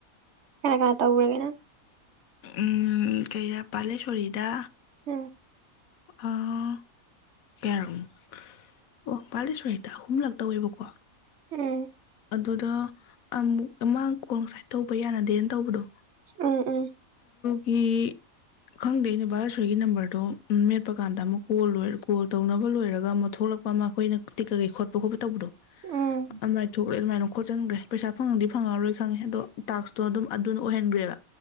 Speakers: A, on the right; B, on the left.
A: ꯀꯅꯥ ꯀꯅꯥ ꯇꯧꯒꯔꯒꯦ ꯅꯪ
B: ꯎꯝ ꯀꯌꯥ ꯄꯥꯜꯂꯤ ꯁꯦꯜꯂꯤꯗꯥ
A: ꯎꯝ
B: ꯑꯃꯥ ꯀꯌꯥꯔꯛꯅꯣ ꯑꯣ ꯄꯥꯂꯦꯁꯣꯔꯤꯗ ꯑꯍꯨꯃꯂꯛ ꯇꯧꯔꯦꯕꯥꯀꯣ
A: ꯎꯝ
B: ꯑꯗꯨꯗ ꯑꯃꯨꯛ ꯑꯃꯥ ꯀꯣꯜ ꯉꯁꯥꯏ ꯇꯧꯕ ꯌꯥꯅꯗꯦꯅ ꯇꯧꯕꯗꯣ
A: ꯎꯝ ꯎꯝ
B: ꯒꯤ ꯈꯪꯗꯦ ꯕꯥꯂꯦꯁꯣꯔꯤꯒꯤ ꯅꯝꯕꯔꯗꯣ ꯎꯝ ꯃꯦꯠꯄ ꯀꯥꯟꯗ ꯑꯃꯨꯛ ꯀꯣꯜ ꯂꯣꯏꯔ ꯀꯣꯜ ꯇꯧꯅꯕ ꯂꯣꯏꯔꯒ ꯑꯃꯨꯛ ꯊꯣꯛꯂꯛꯄ ꯑꯃ ꯑꯩꯈꯣꯏꯅ ꯀꯤ ꯀꯩꯀꯩ ꯈꯣꯠꯄ ꯈꯣꯠꯄ ꯇꯧꯕꯗꯣ
A: ꯎꯝ
B: ꯑꯗꯨꯃꯥꯏ ꯊꯣꯛꯂꯛꯑꯦ ꯑꯗꯨꯃꯥꯏ ꯈꯣꯠꯆꯟꯈ꯭ꯔꯦ ꯄꯩꯁꯥ ꯐꯪꯉꯗꯤ ꯐꯪꯉꯔꯣꯏ ꯈꯪꯉꯦ ꯑꯗꯣ ꯇꯥꯛꯁꯇꯣ ꯑꯗꯨꯝ ꯑꯗꯨꯅ ꯑꯣꯏꯍꯟꯈ꯭ꯔꯦꯕ